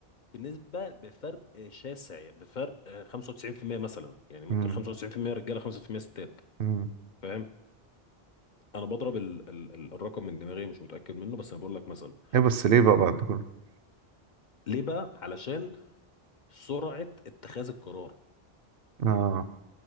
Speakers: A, on the left; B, on the right.
A: بنسبة بفرق شاسع بفرق آه، 95% مثلا يعني ممكن
B: امم
A: 95% رجالة 5% ستات
B: امم
A: فاهم انا بضرب ال ال ال الرقم من دماغي مش متاكد منه بس انا بقول لك مثلا
B: ايه بس ليه بقى بعد كله
A: ليه بقى علشان سرعه اتخاذ القرار
B: اه